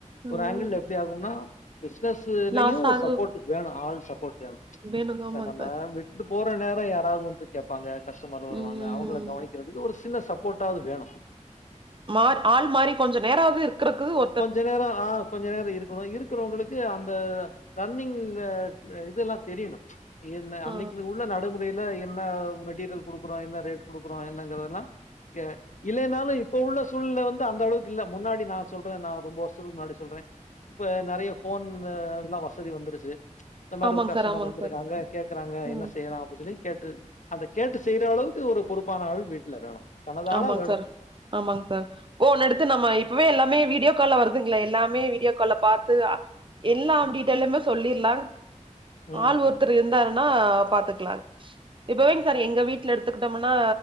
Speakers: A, on the right; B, on the left.
A: ம்
B: ஒரு ஆங்கிள்ல எப்டி ஆகும்னா பிசினஸ்லயு
A: லாஸ்
B: ஒரு
A: ஆகு
B: சப்போர்ட்டுக்கு வேணு ஆள் சப்போர்ட் வேணு
A: வேணுங்க ஆமாங்க
B: ப்ப நம்ம
A: சார்
B: வி ட்டுட்டு போற நேரோ யாராவ்து வந்து கேப்பாங்க கஸ்டமர் வருவாங்க
A: ம் ம்
B: அவுங்கள கவனிக்கிறதுக்கு ஒரு சின்ன சப்போர்ட் டாவ்து வேணு
A: மா ஆள் மாறி கொஞ்ச நேராது க்ருக்கு ஒ
B: கொஞ்ச நேரோ ஆ கொஞ்ச நேரோ இருக்கணு இருக்கிறோங்களுக்கு அந்த ரன்னிங் இதெல்லா தெரிணு என்ன அன்னக்கி
A: ஆ
B: உள்ள ந டை முறைல என்ன மெட்டீரியல் குடுக்குறோ என்ன ரேட் குடுக்குறோ என்னங்கறதெல்லா இல்லைனாலு இப்ப உள்ள சூழ்நெல வந்து அந்தளவுக்கு இல்ல முன்னாடி நா சொல்றே நா ரொம்ப வர்ஷத்துக்கு முன்னாடி சொல்றே இப்ப நறைய ஃபோன்ல்லா வசதி வந்துருச்சு இந்த மாரி
A: ஆமாங்க
B: ஒரு கஸ்டமர்
A: சார் ஆமாங்க
B: வந்திருக்காங்க
A: சார்
B: கேக்குறாங்க
A: ம்
B: என்ன செய்யலா அப்டின் சொல்லி கேட்டு அந்த கேட்டு செய்ற அளவுக்கு ஒரு பொறுப்பான ஆள் வீட்ல வேணு தனது ஆளா
A: ஆமாங்
B: வேணு
A: சார் ஆமாங் சார் ஃபோன்
B: ஆமா
A: எடுத்து நம்ம இப்பவே எல்லாமே வீடியோ கால்ல வருதுங்ள எல்லாமே வீடியோ கால்ல பாத்து எல்லாம்
B: ஆமாமா
A: டீட்டெயிலுமே
B: ம்
A: சொல்லிர்லாங்
B: ம்
A: ஆள் ஒர்த்தரு
B: ம் ம்
A: இருந்தாங் னா பாத்துக்லாங் இப்பவேங் சார்
B: ஆமா
A: எங்க வீட்ல எடுத்துக்கிட்டோம்னா